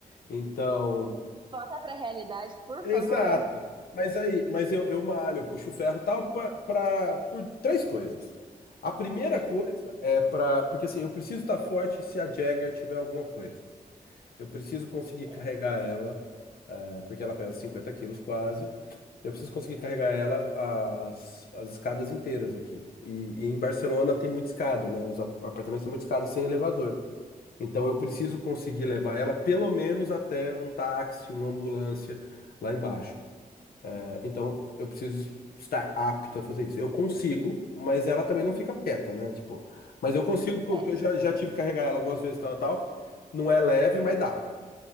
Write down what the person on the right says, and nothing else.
Volta pra realidade, por
favor.
Hum,
é.
Hum,
uhum.
É,